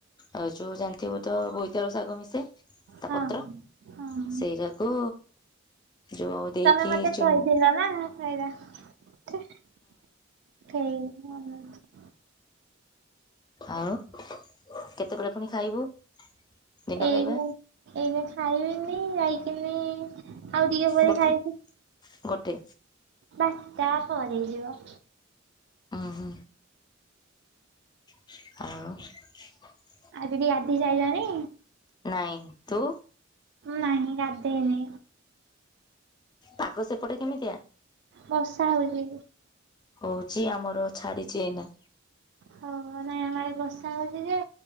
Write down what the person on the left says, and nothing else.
ଆଉ ଯୋଉ ଜାଣିଥିବୁ ତ ବୋଇତା ଶାଗ ମିଶେ ତା
ପତ୍ର।
ସେରାକୁ ଯୋଉ ଦେଇକି
ଚୂନ
ଆଉ କେତେବେଳେ ପୁଣି ଖାଇବୁ? ଦିନ
ଖାଇବା
ଗୋଟେ
ଗୋଟେ
ଓ ହୋ। ଆଉ?
ନାଇଁ ତୁ?
ପାଗ ସେପଟେ କେମିତିଆ?
ହଉଛି ଆମର ଛାଡିଛି ଏଇନା।